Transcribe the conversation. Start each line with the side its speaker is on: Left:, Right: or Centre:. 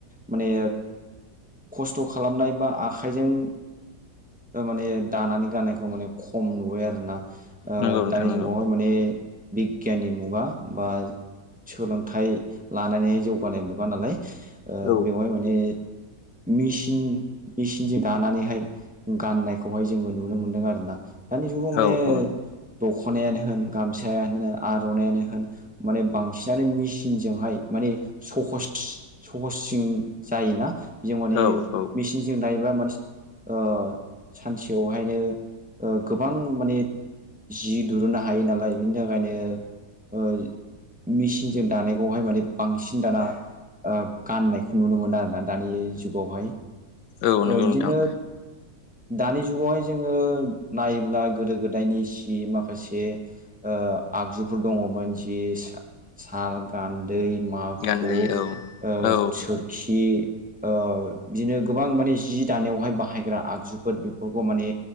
Centre: माने खस्थ' खालामनाय बा आखाइजों माने दानानै गाननायखौ माने खम नुबाय आरोना ओ
Left: नंगौ नोंथां
Centre: दानि
Left: नंगौ
Centre: जुगावहाय माने बिगियाननि मुगा बा सोलोंथाइ लानानैहाय जौगानाय मुगा नालाय ओ
Left: औ
Centre: बेवहाय माने मेचिन मेचिनजों दानानै हाय गाननायखौहाय जोङो नुनो मोन्दों आरोना दानि जुगाव माने
Left: औ औ
Centre: दख' खनायानो होन गामसायानो होन आर'नायानो होन माने बांसिनानो मेचिनजोंहाय माने सहस सहसजों जायोना जों माने
Left: औ औ
Centre: मेचिनजों दायोबा मानसि ओ सानसेयावहायनो ओ गोबां माने जि दुरुननो हायो नालाय बिनि थाखायनो ओ मेचिनजों दानायखौहाय माने बांसिन दाना ओ गाननायखौ नुनो मोनो आरोना दानि जुगावहाय।
Left: औ
Centre: बिदिनो
Left: नोंगौ नोंथां।
Centre: <inaudible> दानि जुगावहाय जोङो नायोब्ला गोदो गोदायनि सि माखासे ओ आगजुफोर दङमोन जि सा-साल गान दै माखु
Left: गान्दै
Centre: ओ
Left: औ औ
Centre: सोरखि ओ बिदिनो गोबां माने जि दानायावहाय बाहायग्रा आगजुफोर बेफोरखौ माने